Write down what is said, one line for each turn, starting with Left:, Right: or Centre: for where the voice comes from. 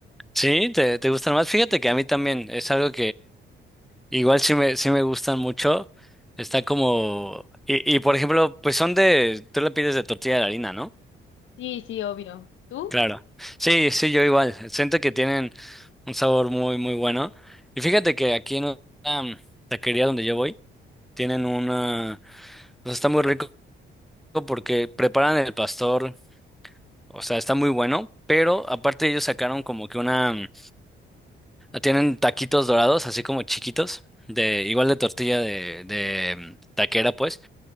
Centre: Sí, te, te gustan más. Fíjate que a mí también es algo Igual sí me, sí me gustan mucho. Está como... Y, y por ejemplo, pues son de... Tú la pides de tortilla de harina, ¿no?
Left: Sí, sí, obvio. ¿Tú?
Centre: Claro. Sí, sí, yo igual. Siento que tienen un sabor muy, muy bueno. Y fíjate que aquí en la taquería donde yo voy, tienen una... O sea, está muy rico porque preparan el pastor. O sea, está muy bueno. Pero aparte ellos sacaron como que una... Tienen taquitos dorados, así como chiquitos. De, igual de tortilla de, de taquera, pues.